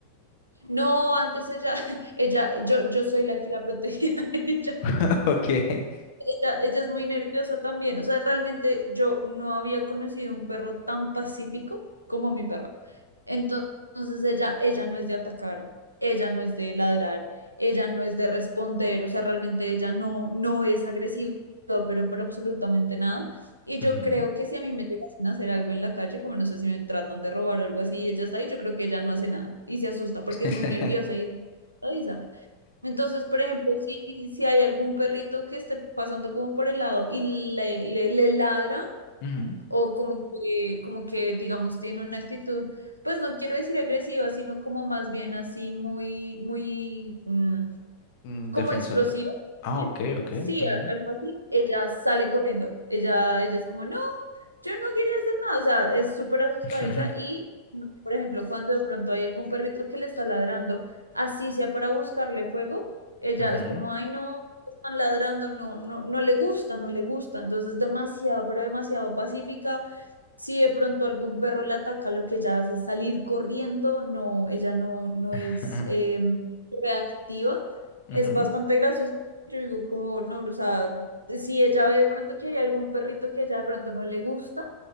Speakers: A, on the right; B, on the left.
A: No, antes ella, <laughs> ella, yo, yo soy la que la protegía <laughs> a ella.
B: <laughs> ok.
A: Ella, ella es muy nerviosa también. O sea, realmente yo no había conocido un perro tan pacífico como mi perra. Entonces, ella, ella no es de atacar, ella no es de ladrar, ella no es de responder. O sea, realmente ella no, no es agresiva, pero por absolutamente nada. Y yo
B: Ujú.
A: creo que si a mí me llegasen a hacer algo en la calle, como no sé si me tratan de robar o algo así, y ella está ahí, yo creo que ella no hace nada y se asusta porque
B: <laughs>
A: es muy nerviosa y es muy asustadiza. Entonces, por ejemplo, si, si hay algún perrito que esté pasando como por el lado y le, le, le ladra
B: Ujú.
A: o como que, como que, digamos, tiene una actitud, pues no quiero decir agresiva, sino como más bien así muy, muy, mm,
B: Mm,
A: como
B: Defensor.
A: explosiva.
B: Ah,
A: ¿bien?
B: ok, ok.
A: Sí,
B: Ujú.
A: a- algo así. Ella sale corriendo. Ella, ella es como, no, yo no quería hacer nada. O sea, es súper asustadiza
B: <laughs>
A: y, por ejemplo, cuando de pronto hay algún perrito que le está ladrando, así sea para buscarle fuego, ella
B: Ujú.
A: es como, ay, no, están ladrando, no, no, no le gusta, no le gusta. Entonces es demasiado, pero demasiado pacífica. Si de pronto algún perro la ataca, lo que ella hace es salir corriendo. No, ella no, no
B: <laughs>
A: es em, reactiva
B: Ujú.
A: es bastante gracioso. Yo digo como, no, o sea, si ella ve de pronto que hay algún perrito que ella de pronto no le gusta